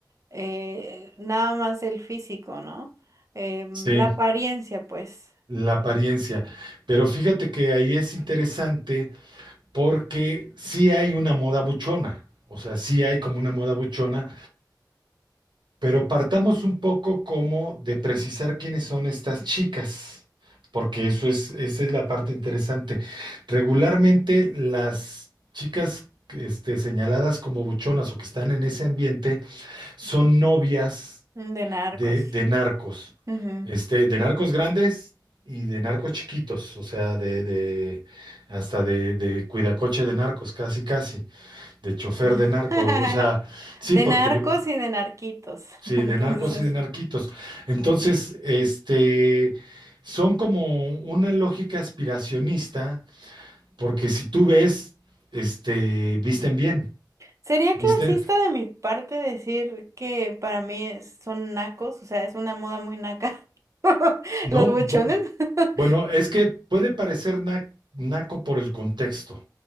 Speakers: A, on the right; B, on the right.
A: eh, nada más el físico, ¿no? Em,
B: sí,
A: la apariencia, pues,
B: la apariencia. Pero fíjate que ahí es interesante porque sí hay una moda buchona. O sea, sí hay como una moda buchona Pero partamos un poco como de precisar quiénes son estas chicas, porque eso es, esa es la parte interesante. Regularmente las chicas este, señaladas como buchonas o que están en ese ambiente son novias
A: de narcos.
B: de, de narcos,
A: Ujú.
B: este, de narcos grandes y de narcos chiquitos, o sea, de, de hasta de, de cuidacoche de narcos, casi casi, de chofer
A: <laughs>
B: de narco, o sea, sí,
A: De
B: porque
A: narcos y de narquitos,
B: Sí,
A: <laughs> entonces.
B: de narcos y de narquitos. Entonces, este, son como una lógica aspiracionista, porque si tú ves, este, visten bien,
A: Sería
B: visten,
A: clasista de mi parte decir que para mí es- son nacos, o sea, es una moda muy naca. <laughs>
B: no,
A: Los buchones.
B: bueno,
A: <laughs>
B: bueno, es que puede parecer na- naco por el contexto.